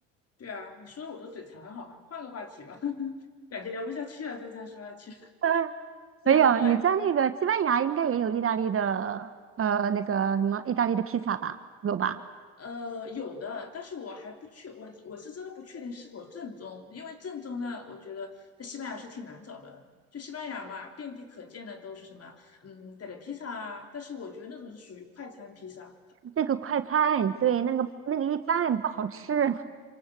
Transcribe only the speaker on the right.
嗯，
没有，你在那个西班牙应该也有意大利的，呃，那个什么意大利的披萨吧？有吧？
那个快餐，对，那个那个一般不好吃